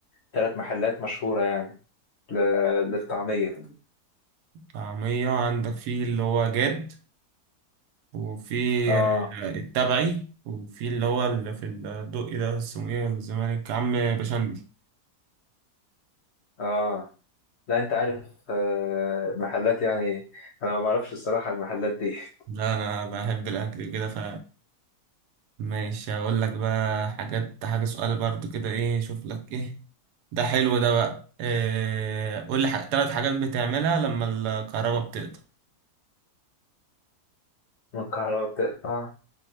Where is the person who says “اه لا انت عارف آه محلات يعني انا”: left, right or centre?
Left